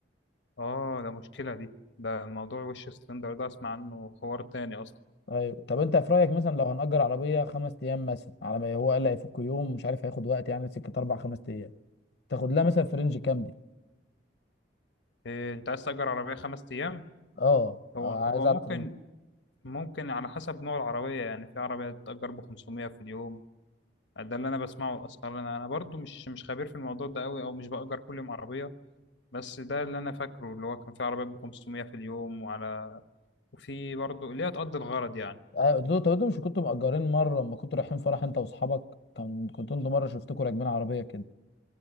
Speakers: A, on the left; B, on the left.
A: اه ده مشكلة دي ده موضوع وش سلندر ده اسمع عنه حوار تاني اصلا
B: ايوه طب انت في رايك مثلا لو هنأجر عربيه خمس ايام مثلا على ما هو قال هيفك يوم مش عارف هياخد وقت يعني سكه اربع خمس ايام تاخد لها مثلا في رينج كام دي؟
A: إيه انت عايز تأجر عربية خمس ايام
B: اه
A: هو
B: آه،
A: هو
B: عايز اعرف
A: ممكن
B: رينج
A: ممكن على حسب نوع العربية يعني في عربية بتأجر ب 500 في اليوم ده اللي أنا بسمعه الأسعار أنا أنا برضو مش مش خبير في الموضوع ده أوي أو مش بأجر كل يوم عربية بس ده اللي أنا فاكره اللي هو كان في عربيات ب 500 في اليوم وعلى وفي برضو اللي هي تقضي الغرض يعني
B: ايوه قلت له طب انتوا مش كنتوا مأجرين مره لما كنتوا رايحين فرح انت واصحابك كان كنتوا انتوا مره شفتكوا راكبين عربيه كده